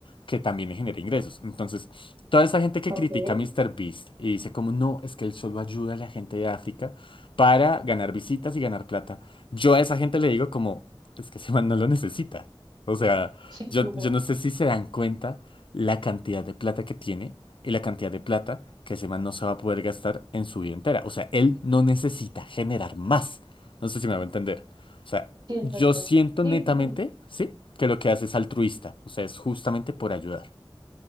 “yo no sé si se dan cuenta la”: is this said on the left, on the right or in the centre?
Left